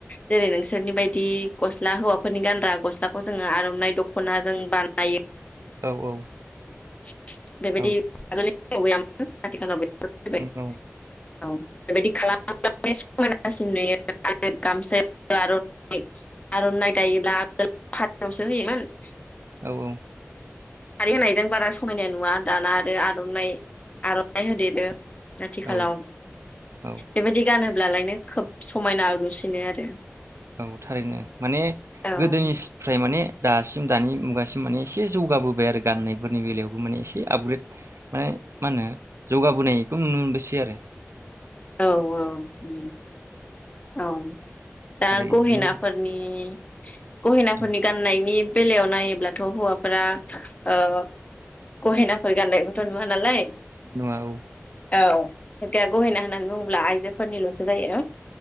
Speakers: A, on the left (about 30°); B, on the right (about 65°).
A: जेरै नोंसोरनि बाय दि गस्ला हौवाफोरनि गानग्रा गस्लाखौ जोङो आर'नाइ दख'ना जों बानायो
B: औ औ
A: । <unintelligible> बेबादि
B: औ
A: आगोलै <unintelligible> औ बेबादि
B: औ
A: औ बेबायदि खालाम <unintelligible> समायनासिन नुयो आरो गामसा आर नाइ आर'नाइ दायोब्ला आंगोल फाथआवसो होयोमोन। ।
B: औ औ
A: खारै होनायजों बारा समायनाय नुवा दाना आरो आर'नाइ आर'नाइ होदेरो । आथिखालाव
B: औ औ
A: बेबायदि गानो ब्लालायनो खोब समायना नुसिनो आरो।
B: औ थारैनो माने
A: औ
B: गोदोनिफ्राय माने दासिम दानि मुगासिम माने एसे जौगाबोबाय आरो गाननायफोरनि बेलायावबो माने एसे आपग्रेड माने मा होनो जौगाबोनायखौ नुनो मोनबोसै आरो ।
A: औ औ उम औ दा
B: आरो
A: गहेनाफोरनि
B: बिदिनो
A: उम गहिनाफोरनि
B: औ
A: गान्नायनि बेलायाव नायोब्लाथ' हौवाफोरा ओ गहेनाफोर गाननायखौथ' नुवा नालाय
B: नुवा औ
A: औ दा गहेना नानै बुंब्ला आइज फोनिल'सो जायो ।